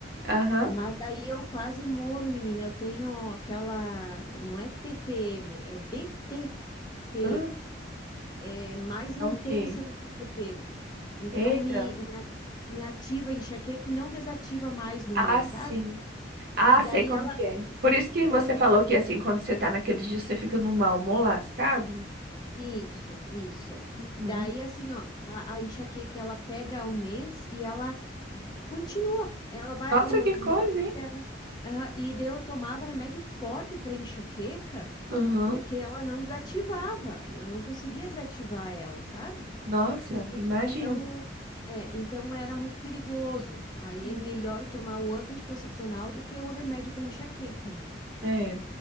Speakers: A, on the right; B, on the left.
A: Aham.
B: Mas daí eu quase morro, menina. Eu tenho aquela, não é TPM, é DTPM.
A: Hã?
B: É mais intensa
A: É o quê?
B: do que TPM. Então
A: Eita.
B: me, me a- me ativa a enxaqueca que não desativa mais no
A: Ah,
B: mês,
A: sim.
B: sabe?
A: Ah,
B: E daí
A: sei como
B: ela.
A: que é. Por isso que você
B: é,
A: falou que assim, quando você tá naqueles dias, você fica num mau humor lascado.
B: Isso, isso.
A: Uhum.
B: Daí, assim, ó, a, a enxaqueca ela pega um mês e ela v- continua. Ela vai
A: Nossa,
B: até no
A: que
B: outro
A: coisa,
B: mês
A: hein?
B: e leva. Aham, e daí eu tomava remédio forte para enxaqueca
A: Uhum.
B: porque ela não desativava. Eu não conseguia desativar ela, sabe?
A: Nossa, imagino.
B: Então, é, então era muito perigoso. Aí
A: Uhum.
B: é melhor eu tomar o anticoncepcional do que o remédio para enxaqueca, né?
A: É.